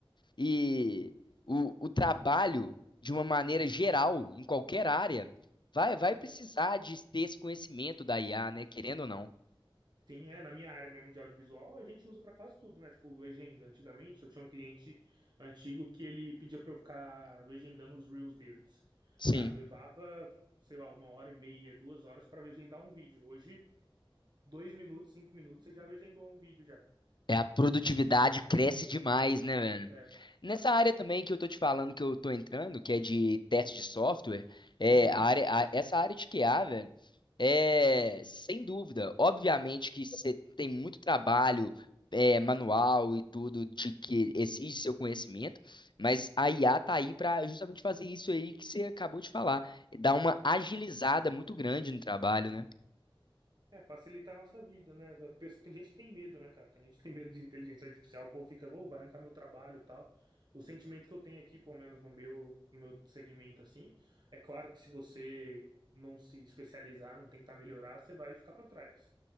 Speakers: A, on the left; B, on the right.
A: e o, o trabalho, de uma maneira geral, em qualquer área, vai, vai precisar de ter esse conhecimento da IA, né? Querendo ou não.
B: Sim, é, na minha área mesmo de audiovisual, a gente usa pra quase tudo, né? Tipo, legenda. Antigamente, eu tinha um cliente antigo que ele pedia pra eu ficar legendando os reels deles.
A: Sim.
B: Cara, eu levava, sei lá, uma hora e meia, duas horas pra legendar um vídeo. Hoje, dois minutos, cinco minutos, você já legendou um vídeo já.
A: É, a produtividade cresce demais, né, velho?
B: É,
A: Nessa área
B: é.
A: também que eu tô te falando que eu tô entrando, que é de teste de software, é
B: Uhum.
A: a área, a- essa área de QA, velho, é sem dúvida. Obviamente que você tem muito trabalho é, manual e tudo de que exige seu conhecimento, mas a IA tá aí para justamente fazer isso aí que você acabou de falar, dar uma agilizada muito grande no trabalho, né?
B: É, facilitar a nossa vida, né? A pessoa- Tem gente que tem medo, né, cara? Tem gente que tem medo de inteligência artificial, o povo fica, "Ô, vai arrancar meu trabalho e tal. O sentimento que eu tenho aqui, pelo menos no meu, no meu segmento, assim, é claro que se você não se especializar, não tentar melhorar, você vai ficar para trás.